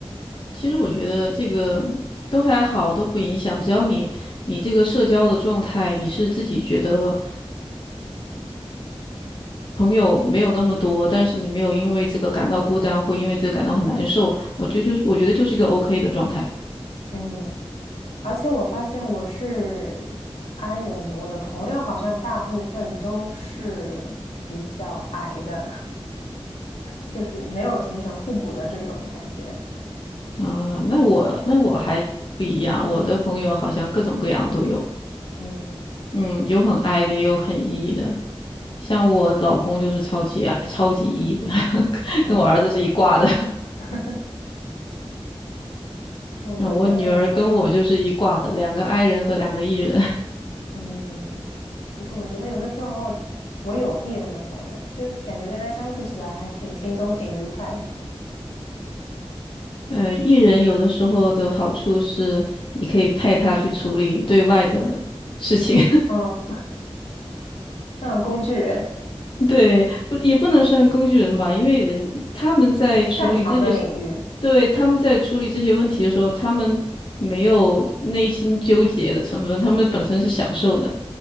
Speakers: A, on the left; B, on the left.
A: 其实我觉得这个都还好，都不影响。只要你你这个社交的状态，你是自己觉得朋友没有那么多，但是你没有因为这个感到孤单或因为这个感到很难受，我觉得就是我觉得就是一个 OK 的状态
B: 嗯，而且我发现我是 i 人，我的朋友好像大部分都是比较矮的，<laughs> 就是没有形成互补的这种感觉。
A: 啊、那我那我还不一样，我的朋友好像各种各样都有，
B: 嗯，
A: 嗯，有很 I 的，也有很 E 的。像我老公就是超级 I- 超级 E 的，<laughs>
B: 哦，
A: 跟我儿子是一挂的，
B: <laughs>
A: <laughs>
B: 我觉得，
A: 然后我女儿跟我就是一挂的，
B: 嗯
A: 两个 I 人和两个 E 人。
B: 嗯，其实我觉得有的时候，我有 E 人的朋友，就感觉跟他相处起来还挺轻松、挺愉快的。
A: 呃，艺人有的时候的好处是，你可以派他去处理对外的事情，
B: 嗯嗯，<laughs> 工具人，
A: <laughs> 对，不也不能算工具人吧，因为人他们在处理这些，
B: 擅长的领域，
A: 对，他们在处理这些问题的时候，他们没有内心纠结的成分，他们本身是享受的。